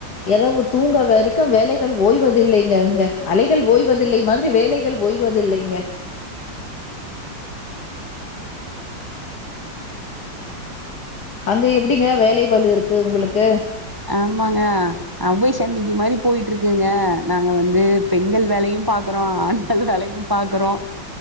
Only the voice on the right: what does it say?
ஆமாங்க அவ்வை சண்முகி மாரி போயிட்டு இருக்குங்க நாங்க வந்து பெண்கள் வேலையு பாக்குறோ றோ ஆண்கள் வேலையு பாக்குறோ